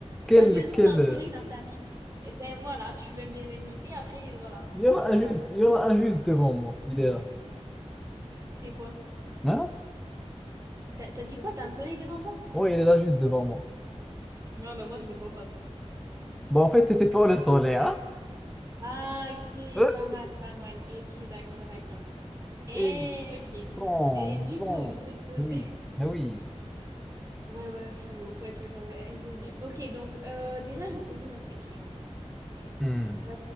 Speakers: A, in the centre; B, on the right.
A: quel
B: T'as besoin
A: quel
B: d'un
A: euh,
B: soleil dans ta vie. Eh ben voilà, tu veux m'inviter, après, voilà.
A: il y en
B: C'est
A: a
B: pas
A: un
B: grave.
A: juste il y en a un juste devant moi, il est là.
B: C'est quoi?
A: hein
B: T'as t'as dit quoi? T'as un soleil devant toi?
A: Oui, il est là juste devant moi.
B: Non, mais moi, je le vois pas, de toute façon.
A: Bon, en fait, c'était toi le soleil, hein?
B: Ah, ok,
A: <laughs>
B: pas mal, pas mal. Ok, d'accord, d'accord. Eh,
A: Et
B: ok.
A: bon,
B: Et du
A: bon,
B: coup, je vais te poser.
A: oui, oui.
B: Ouais, ouais, faut, faut être euh, ingénieux. Ok, donc euh, déjà, je vais poser une autre question.
A: Hmm.
B: Euh,